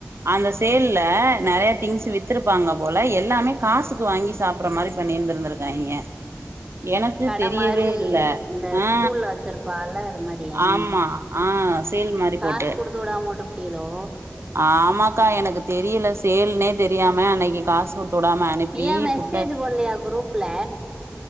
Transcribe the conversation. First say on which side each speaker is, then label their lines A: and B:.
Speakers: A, on the right; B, on the right.
A: அந்த சேல்ல நெறைய திங்ஸ் வித்திருப்பாங்க போல எல்லாமே காசுக்கு வாங்கி சாப்பற மாரி பண்ணிருந்திருந்திருக்காங்க எனக்கு
B: கட
A: தெரியவே
B: மாரி
A: இல்ல
B: இந்த
A: அ
B: ஸ்கூல்ல வச்சிருப்பால அது மாரி ஆ
A: ஆமா ஆ ஆ சேல் மாறி
B: காசு
A: போட்டு
B: குடுத்து வுடாம வுட்டுப்புட்டியலோ
A: ஆமாக்கா எனக்கு தெரியல சேல்னே தெரியாம அன்னைக்கு காசு கொடுத் து வுடம அனுப்பி
B: ஏ மெசேஜ்
A: புள்ள
B: போடலையா குரூப்ல